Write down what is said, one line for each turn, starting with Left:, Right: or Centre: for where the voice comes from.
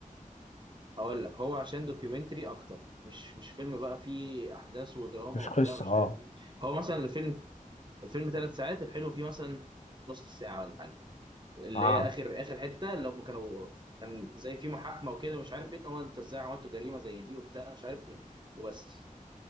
Right: هقول لك هو عشان دوكيومنتري اكتر مش مش فيلم بقى فيه احداث ودراما
Left: مش
Right: وبتاع
Left: قصة
Right: مش
Left: اه
Right: عارف ايه هو مثلا الفيلم الفيلم ثلاث ساعات الحلو فيه مثلا نص ساعه ولا حاجه اللي
Left: اه
Right: هي اخر اخر حته اللي هم كانوا كان زي في محاكمه وكده مش عارف ايه إن هو انت ازاي عملتوا جريمه زي دي وبتاع مش عارف ايه وبس